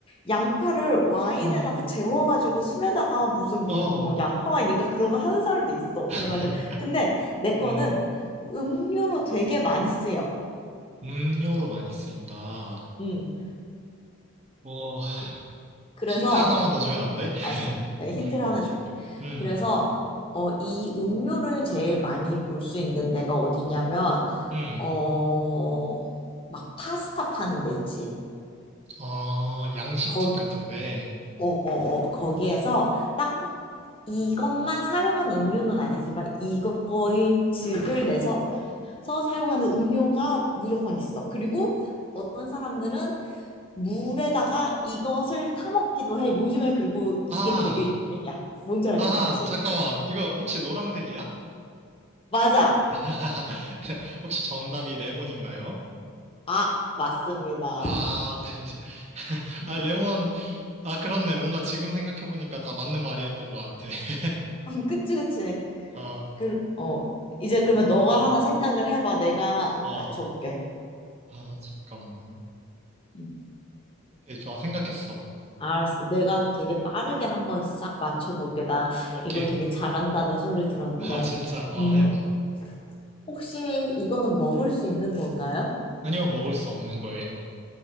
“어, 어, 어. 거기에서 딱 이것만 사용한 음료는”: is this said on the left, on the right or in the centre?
Left